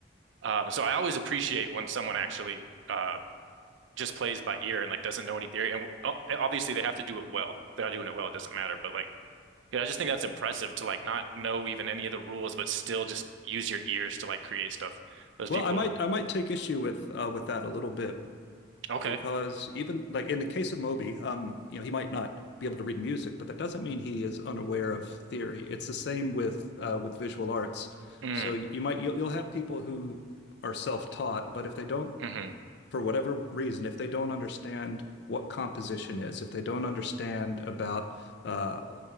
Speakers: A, on the right (about 75°); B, on the left (about 60°).
A: Um, so I always appreciate when someone actually uh just plays by ear and like doesn't know any theory. And oh, obviously they have to do it well. If they're not doing it well, it doesn't matter. But like, yeah, I just think that's impressive to like not know even any of the rules, but still just use your ears to like create stuff. Those
B: Well,
A: people
B: I might
A: are
B: I might take issue with uh, with that a little bit
A: okay.
B: because even like in the case of Moby, um, you know, he might not be able to read music, but that doesn't mean he is unaware of theory. It's the same with uh, with visual arts.
A: Mm,
B: So you might you'll, you'll have people who are self-taught, but if they don't
A: hmm
B: for whatever reason, if they don't understand what composition is, if they don't understand about uh,